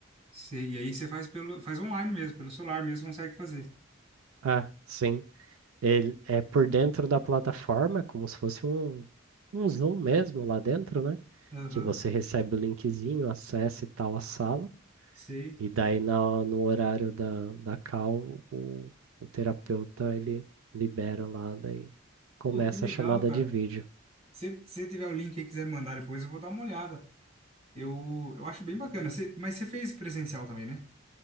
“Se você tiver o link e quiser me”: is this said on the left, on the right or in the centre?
Right